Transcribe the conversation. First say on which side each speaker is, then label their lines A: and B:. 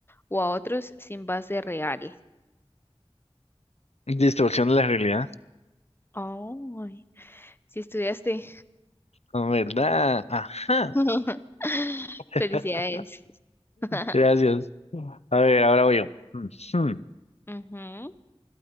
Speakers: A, on the left (about 20°); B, on the left (about 80°).
A: o a otros sin base real.
B: Distorsión de la realidad.
A: Ay, si estudiaste.
B: Ah, ¿Verdad? Ajá.
A: <laughs>
B: <laughs>
A: Felicidades. <laughs>
B: Gracias. A ver, ahora voy yo. Ujú.
A: Ujú.